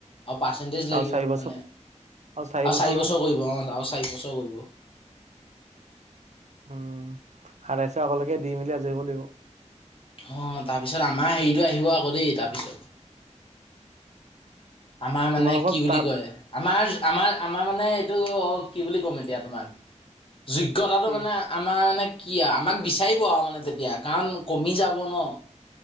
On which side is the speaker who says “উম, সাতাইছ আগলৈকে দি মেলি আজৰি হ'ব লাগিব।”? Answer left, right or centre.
Right